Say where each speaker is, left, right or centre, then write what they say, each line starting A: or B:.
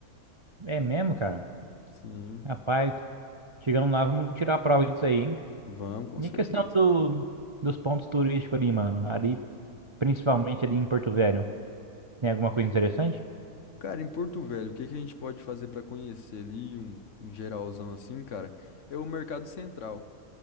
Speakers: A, on the right (about 30°); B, on the left (about 60°).
A: É mesmo, cara?
B: Sim,
A: Rapaz, chegando lá, vamos tirar a prova disso aí, hein?
B: vamos, com
A: E
B: certeza.
A: a questão do, dos pontos turísticos ali, mano. Ali, principalmente ali em Porto Velho. Tem alguma coisa interessante?
B: Cara, em Porto Velho, o que que a gente pode fazer para conhecer ali, um, um geralzão assim, cara? É o Mercado Central.